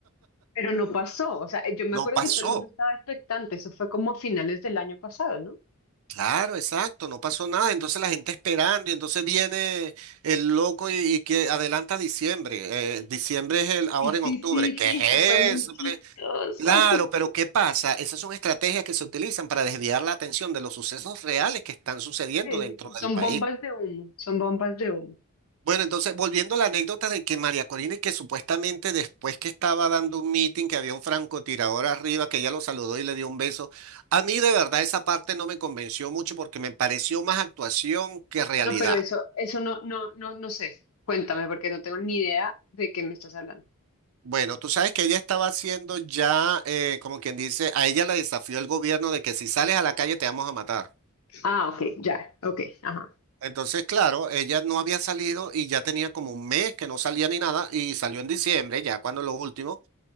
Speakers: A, on the left; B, on the right.
A: pero no pasó, o sea, yo me
B: No
A: acuerdo
B: pasó,
A: que todo el mundo estaba expectante, eso fue como a finales del año pasado, ¿no?
B: claro, exacto, no pasó nada. Entonces la gente esperando y entonces viene el loco y, y que adelanta diciembre. Eh, diciembre es el, ahora
A: Sí, sí,
B: en octubre.
A: sí,
B: ¿Qué
A: sí,
B: es
A: eso fue muy
B: eso?
A: chistoso.
B: Claro,
A: <laughs>
B: pero ¿qué pasa? Esas son estrategias que se utilizan para desviar la atención de los sucesos reales que están sucediendo
A: Sí,
B: dentro
A: sí, sí, Son
B: del país.
A: bombas de humo, son bombas de humo.
B: Bueno, entonces, volviendo a la anécdota de que María Corina, y que supuestamente después que estaba dando un meeting, que había un francotirador arriba, que ella lo saludó y le dio un beso, a mí de verdad esa parte no me convenció mucho porque me pareció más actuación que realidad.
A: No, pero eso, eso no, no, no, no sé. Cuéntame, porque no tengo ni idea de qué me estás hablando.
B: Bueno, tú sabes que ella estaba haciendo ya, eh, como quien dice, a ella la desafió el gobierno de que si sales a la calle te vamos a matar.
A: Ah, ok, ya, ok, ajá.
B: Entonces, claro, ella no había salido y ya tenía como un mes que no salía ni nada y salió en diciembre, ya cuando lo último,